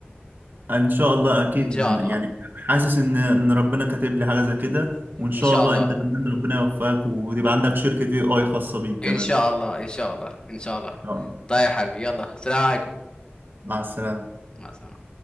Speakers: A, on the right; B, on the left.
A: ان شاء الله اكيد
B: ان شاء الله
A: يعني حاسس ان ان ربنا كاتب لي حاجه زي كده وان شاء
B: ان شاء
A: الله
B: الله
A: انت كمان ربنا يوفقك وتبقى عندك شركه اي اي خاصه بيك
B: ان
A: كمان
B: شاء الله ان شاء الله ان شاء الله
A: يلا،
B: طيب يا حبيبي يلا سلام عليكم
A: مع السلامه
B: مع السلامة